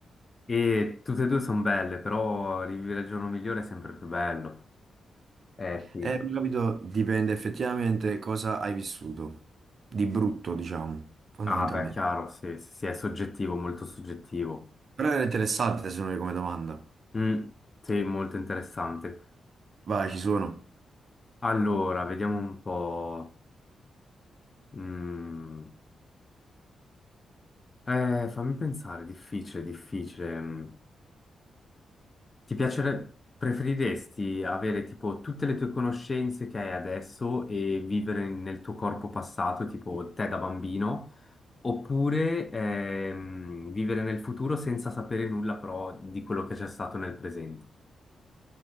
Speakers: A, on the left; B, on the right.
A: E tutte e due sono belle, però rivivere il giorno migliore è sempre più bello. Eh sì,
B: Eh, però, capito, dipende effettivamente cosa hai vissuto, di brutto, diciamo, fondamentalmente.
A: ah beh, chiaro, sì, sì, sì, è soggettivo, molto soggettivo.
B: Però era interessante secondo me come domanda.
A: Mm, sì, molto interessante.
B: Vai, ci sono.
A: Allora, vediamo un po'. Mm, eh, fammi pensare, difficile, difficile. mm. Ti piacerebbe, preferiresti avere tipo tutte le tue conoscenze che hai adesso e vivere nel tuo corpo passato, tipo te da bambino, oppure ehm, vivere nel futuro senza sapere nulla però di quello che c'è stato nel presente?